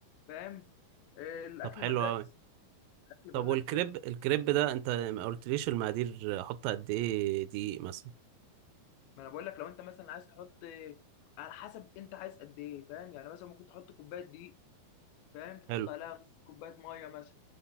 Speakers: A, on the left (about 80°); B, on the right (about 80°).
A: فاهم آه، الاكل
B: طب حلو
A: مزاج
B: أوي
A: الاكل
B: طب
A: بقول
B: والكريب
A: لك
B: الكريب ده أنت ما قلتليش المقادير أحط قد إيه دقيق مثلا
A: ما انا بقول لك لو انت مثلا عايز تحط آه، على حسب انت عايز قد ايه فاهم يعني مثلا ممكن تحط كوبايه دقيق فاهم تحط
B: حلو
A: عليها نص كوبايه ميه مثلا